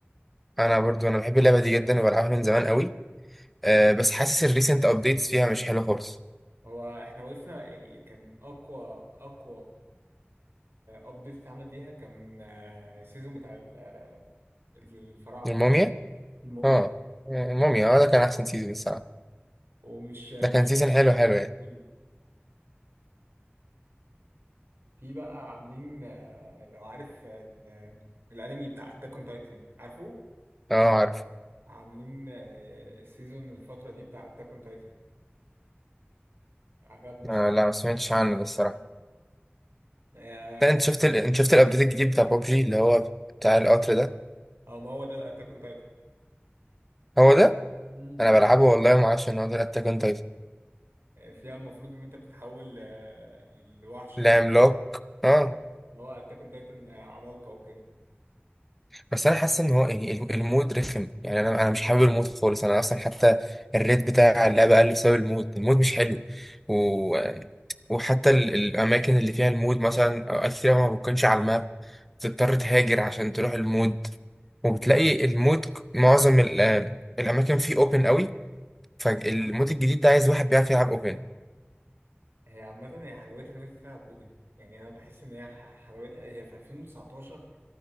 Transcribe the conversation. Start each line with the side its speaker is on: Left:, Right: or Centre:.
Centre: انا برضو انا بحب اللعبة دي جدا وبلعبها من زمان قوي أه بس حاسس الريسنت ابديتس فيها مش حلو خالص
Right: هو احنا وقفنا يعني كان اقوى اقوى ابديت اتعمل ليها كان السيزون بتاع ال- آه، الفراعنه
Centre: الموميا؟
Right: الموميا
Centre: اه الموميا اه ده كان احسن سيزون الصراحة
Right: ومش مش
Centre: ده كان سيزون حلو حلو يعني
Right: كله في بقى عاملين آه، لو عارف آه، ال- الانمي بتاع اتاك اون تايتن عارفه
Centre: اه عارف
Right: عاملين آه، سيزون الفتره دي بتاع اتاك اون تايتن عجبني الس-
Centre: آه لا ما سمعتش عنه ده الصراحة
Right: عجبني آه،
Centre: ده انت شفت ال... انت شفت الابديت الجديد بتاع بابجي اللي هو بتاع القطر ده
Right: او ما هو ده الاتاك اون تايتن
Centre: هو ده؟
Right: مم.
Centre: انا بلعبه والله ما اعرفش ان هو ده الاتاك اون تايتن
Right: فيها المفروض ان انت بتتحول ل- لوحش
Centre: لا
Right: كده
Centre: عملاق اه
Right: مم. هو انت كنت قلت ان عمالقه وكده
Centre: بس انا حاسس ان هو يعني الم- المود رخم يعني انا انا مش حابب المود خالص انا اصلا حتى الريت بتاع اللعبه قل بسبب المود المود مش حلو و... وحتى ال... الاماكن اللي فيها المود مثلا اوقات كتير ما بتكونش على الماب بتضطر تهاجر عشان تروح المود
Right: مم.
Centre: وبتلاقي المود ك- معظم ال... آه، الاماكن فيه اوبن قوي فالمود الجديد ده عايز واحد بيعرف يلعب اوبن
Right: هي عامة هي حلاوتها إن أنت تلعب أوبن يعني أنا بحس إن هي ح- حلاوتها هي في 2019